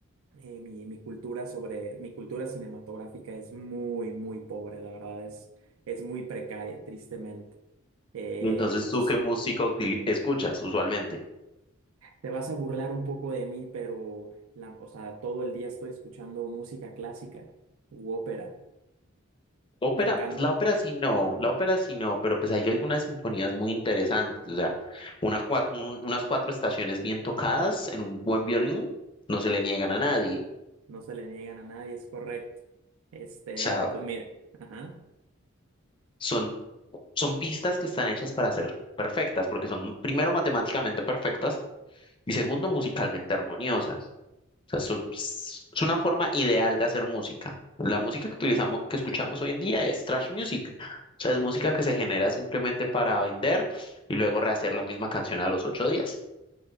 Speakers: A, on the right (about 75°); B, on the left (about 25°).
A: eh, mi, mi cultura sobre, mi cultura cinematográfica es muy, muy pobre, la verdad es, es muy precaria, tristemente. Eh,
B: Y entonces,
A: y
B: ¿tú
A: pues
B: qué música utili- escuchas usualmente?
A: te vas a burlar un poco de mí, pero la- o sea, todo el día estoy escuchando música clásica u ópera.
B: Ópera,
A: Me encanta.
B: pues la ópera sí no, la ópera sí no, pero pues hay algunas sinfonías muy interesantes, o sea, una cua- un- unas cuatro estaciones bien tocadas en un buen violín, no se le niegan a nadie,
A: no se le niegan a nadie, es correcto. Este,
B: o sea,
A: pues mira, ajá.
B: son, son pistas que están hechas para ser perfectas, porque son primero matemáticamente perfectas y segundo musicalmente armoniosas. sea, es, un- es una forma ideal de hacer música. La música que utilizamos, que escuchamos hoy en día es trash music. O sea, es música que se genera simplemente para vender y luego rehacer la misma canción a los ocho días.